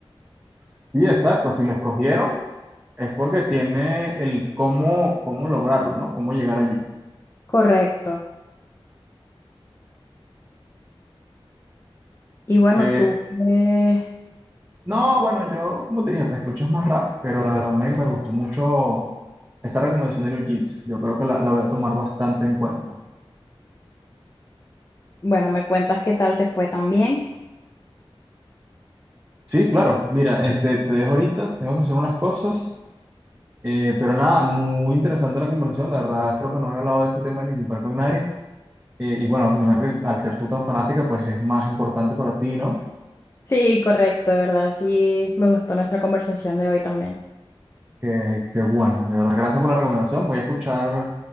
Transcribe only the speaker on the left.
correcto. Y bueno,
tú, eh,
bueno, me cuentas qué tal te fue también.
Sí, correcto, de verdad, sí, me gustó nuestra conversación de hoy también.